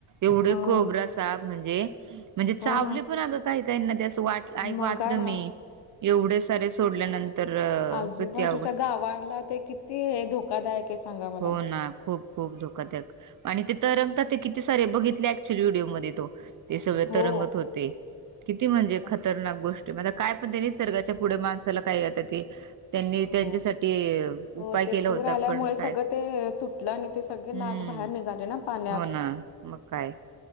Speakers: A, on the right; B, on the left.
A: एवढे
B: हो
A: कोब्रा साप म्हणजे म्हणजे म्हणजे
B: हो
A: चावले
B: ना
A: पण अगं काही काही ना त्यासं वाट
B: मग
A: वाचलं
B: काय ना
A: मी एवढे सारे सोडल्यानंतर
B: आजूबाजूच्या
A: कती अवघड
B: गावाला ते धो कादायक सांगा. मला
A: हो ना खूप. खूप धोकादायक आणि ते तरंगतात ते किती सारे बघितले ऍक्च्युअल व्हिडिओमध्ये तो ते सगळे
B: हो
A: तरंगत होते किती म्हणजे
B: हो ना
A: खतरनाक गोष्ट. मंग काय पण त्यां निसर्गाच्या पुढे माणसाला काय आता ते त्यांनी
B: हो
A: त्यांच्यासाठी
B: हो
A: उपाय
B: ते
A: केला
B: पूर
A: होता
B: आल्यामुळे
A: पण
B: सगळं
A: काय?
B: ते तुटलं आणि ते सगळे नाग
A: हम्म
B: बाहेर निघाले ना पाण्यात.
A: हो ना मग काय